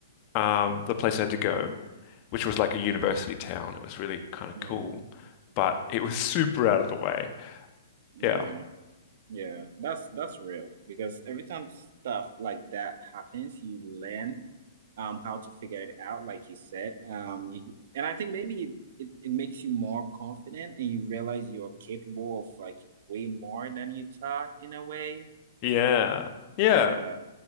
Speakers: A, on the left (about 40°); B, on the right (about 60°).
A: um, the place I had to go, which was like a university town. It was really kind of
B: Mhm.
A: cool, but it was <laughs> super out of the way.
B: Yeah.
A: Yeah.
B: Yeah, that's that's real because every time stuff like that happens, you learn um how to figure it out, like you said. Um, you- and I think maybe it, it, it makes you more confident and you realize you're capable of like way more than you thought in a way.
A: Yeah. Yeah.
B: Yeah.